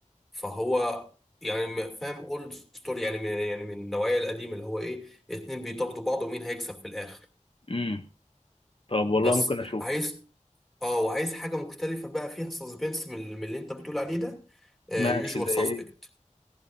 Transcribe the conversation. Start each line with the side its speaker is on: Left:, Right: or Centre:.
Centre: فهو يعني م- فاهم اولد ستوري يعني من يعني من النوعية القديمة اللي هو ايه اتنين بيطاردوا بعض ومين هيكسب في الآخر
Left: امم طب والله
Centre: بس
Left: ممكن اشوف
Centre: عايز اه وعايز حاجة مختلفة بقى فيها سسبنس من ال- من اللي انت بتقول عليه ده يوجوال
Left: ماشي زي
Centre: ساسبكت
Left: ايه